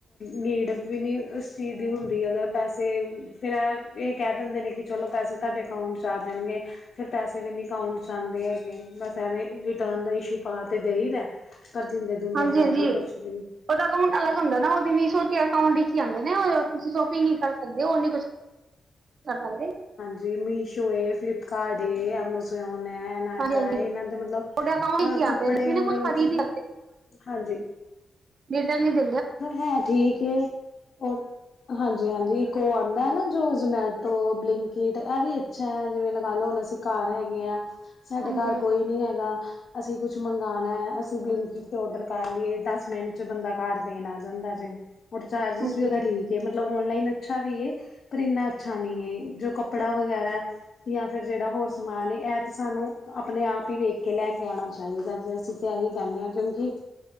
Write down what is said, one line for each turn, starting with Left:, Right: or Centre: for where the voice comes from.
Left: ਨੀਡ ਵੀ ਨਈ ਇਸ ਚੀਜ਼ ਦੀ ਹੁੰਦੀ, ਅਗਰ ਪੈਸੇ ਫਿਰ ਇਹ ਕਹਿ ਦਿੰਦੇ ਨੇ ਕਿ ਚਲੋ ਪੈਸੇ ਤੁਹਾਡੇ ਅਕਾਊਂਟ 'ਚ ਆ ਜਾਣਗੇ ਫਿਰ ਪੈਸੇ ਵੀ ਨੀ ਅਕਾਊਂਟ ਚ ਆਉਂਦੇ ਹੈਗੇ, ਬਸ ਐਵੇਂ ਰਿਟਰਨ ਦਾ ਇਸ਼ੂ ਨਾ ਤੇ ਦੇਈ ਦਾ ਪਰ ਦਿੰਦੇ- ਦੁੰਦੇ
Right: ਹਾਂਜੀ
Left: ਹੈ
Right: ਹਾਂਜੀ
Left: ਨੀ ਕੁਛ ਵੀ
Right: ਉਹਦਾ ਅਕਾਊਂਟ ਅਲੱਗ ਹੁੰਦਾ ਨਾ, ਉਹਦੀ ਵੀ ਮੀਸੂ ਅਕਾਊਂਟ ਦੀ ਆਉਂਦੇ ਤੁਸੀਂ ਸ਼ੋਪਿੰਗ ਈ ਕਰ ਸਕਦੇ, ਉਹ ਨ ਕੁਛ ਕਰ ਸਕਦੇ।
Left: ਜੀ ਮੀਸ਼ੋ ਏ, ਫਲਿਪਕਾਰਡ ਏ, ਐਮਾਜੋਨ ਏ। ਨਾਇਕਾ
Right: ਹਾਂਜੀ ਹਾਂਜੀ
Left: ਐ, ਇਹਨਾਂ ਦੇ ਮਤਲਬ
Right: ਤੁਹਾਡੇ ਅਕਾਊਂਟ
Left: ਅ
Right: ਵਿੱਚ ਹੀ
Left: ਕੱਪੜੇ
Right: ਆਂਦੇ ਨੇ ਤੁਸੀਂ
Left: ਔਰ
Right: ਨਾ ਕੁਛ
Left: ਉਹ
Right: ਖਰੀਦ
Left: ਚੀਜ਼ਾਂ
Right: ਹੀ
Left: ਹਾਂਜੀ <inaudible>
Right: ਡਿਟ <unintelligible>
Left: ਹੈ ਠੀਕ ਏ ਹੋਰ ਹਾਂਜੀ ਹਾਂਜੀ ਇੱਕ ਉ ਆਂਦਾ ਐ ਨਾ ਜੋ ਜ਼ਮੈਟੋ, ਬਲਿੰਕਟ ਇਹ ਵੀ ਪਛੇ ਜਿਵੇਂ ਲਗਾ ਲੋ ਹੁਣ ਅਸੀਂ ਘਰ ਹੈਗੇ ਆ, ਸਾਡੇ
Right: ਹਾਂਜੀ
Left: ਘਰ ਕੋਈ ਨੀ ਹੈਗਾ। ਅਸੀਂ ਕੁਛ ਮੰਗਉਣਾ, ਅਸੀਂ ਬਲਿੰਕਟ ਤੇ ਔਡਰ ਕਰ ਲਈਏ ਦਸ ਮਿੰਟ ਚ ਬੰਦਾ ਘਰ ਦੇਣ ਆ ਜਾਂਦਾ ਜੇ ਔਰ ਚਾਰਜਿਸ
Right: ਹਾਂਜੀ
Left: ਵੀ ਉਹਦਾ ਠੀਕ ਮਤਲਬ ਔਨਲਾਈਨ ਅੱਛਾ ਵੀ ਐ, ਪਰ ਇੰਨਾ ਅੱਛਾ ਨਹੀਂ ਐ ਜੋ ਕੱਪੜਾ ਵਗੈਰਾ ਜਾਂ ਫਿਰ ਜਿਹੜਾ ਹੋਰ ਸਮਾਨ ਇਹ ਤਾਂ ਸਾਨੂੰ ਆਪਣੇ ਆਪ ਈ ਵੇਖ ਕੇ ਲੈ ਕੇ ਆਉਣਾ ਚਾਹੀਦਾ, ਜੇ ਅਸੀਂ ਤਾਂ ਇਹੀ ਕਹਿੰਦੇ ਆ ਕਿਉਂਕਿ